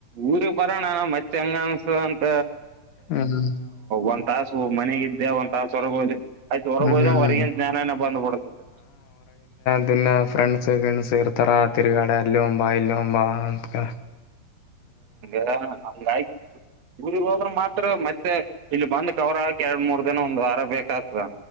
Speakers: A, on the right (about 60°); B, on the left (about 85°).
A: ಊರಿಗೆ ಬರೋಣ ಮತ್ತ್ ಹಂಗನುಸ್ತುದ್ ಅಂತ
B: ಹ್ಮ್
A: ಒಂದ್ ತಾಸು ಮನ್. ಒಂದ್ ತಾಸ್ ಹೊರ್ಗೋಯ್ದ ಆಯ್ತು ಹೊರಗೋಯ್ದ
B: ಹ್ಮ್
A: ಹೊರಗನ್ ಜ್ಞಾನನ ಬಂದ್ಬಡತದೆ.
B: ಇದನ್ನ ಫ್ರೆಂಡ್ಸ್ ಗಿಂಡ್ಸ್ ಇರ್ತಾರ ತಿರ್ಗಾಡೆ ಅಲ್ಲಿ ಹೋಗಮ್ ಬಾ ಇಲ್ಲಿ ಹೋಗಮ್ಮ ಅಂತಕ.
A: ಹ್ <unintelligible> ಊರಿ ಹೋದ್ರ ಮಾತ್ರ ಮತ್ತೆ ಇಲ್ಲಿ ಬಂದ ಎರಡು ಮೂರ್ ದಿನ ಒಂದುವಾರ ಬೇಕು. ಹ